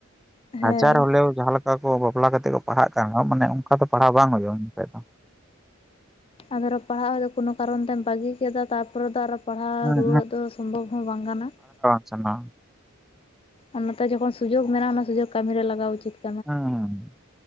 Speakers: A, on the left; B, in the centre.
A: ᱦᱮᱸ
B: ᱦᱟᱡᱟᱨ ᱦᱚᱞᱮᱣ ᱡᱟᱦᱟᱸ ᱞᱮᱠᱟ ᱚᱱᱠᱟ ᱠᱚ ᱵᱟᱯᱞᱟ ᱠᱟᱛᱮ ᱠᱚ ᱯᱟᱲᱦᱟᱜ ᱠᱟᱱ ᱢᱟᱱᱮ ᱚᱱᱠᱟ ᱫᱚ ᱯᱟᱲᱦᱟᱣ ᱵᱟᱝ ᱦᱩᱭᱩᱜ-ᱟ ᱤᱱᱠᱷᱟᱹᱡ ᱫᱚ
A: ᱟᱫᱚᱨᱚ ᱯᱟᱲᱦᱟᱜ ᱫᱚ ᱠᱚᱱᱚ ᱠᱟᱨᱚᱱ ᱛᱮᱢ ᱵᱟᱹᱜᱤ ᱠᱮᱫᱟ ᱛᱟᱨᱯᱚᱨᱮ ᱫᱚ ᱟᱨᱚ ᱯᱟᱲᱦᱟᱣ
B: ᱦᱩᱸ
A: ᱨᱩᱣᱟᱹᱲᱚᱜ ᱫᱚ ᱥᱚᱢᱵᱷᱚᱵ ᱦᱚᱸ ᱵᱟᱝ ᱠᱟᱱᱟ ᱾
B: ᱪᱟᱸᱱᱟ ᱾
A: ᱟᱨ ᱱᱚᱛᱮ ᱡᱚᱠᱷᱚᱱ ᱥᱩᱡᱳᱜᱽ ᱢᱮᱱᱟᱜ-ᱟ ᱚᱱᱟ ᱥᱩᱡᱳᱜᱽ ᱠᱟᱹᱢᱤ ᱨᱮ ᱞᱟᱜᱟᱣ ᱩᱪᱤᱛ ᱾
B: ᱦᱮᱸ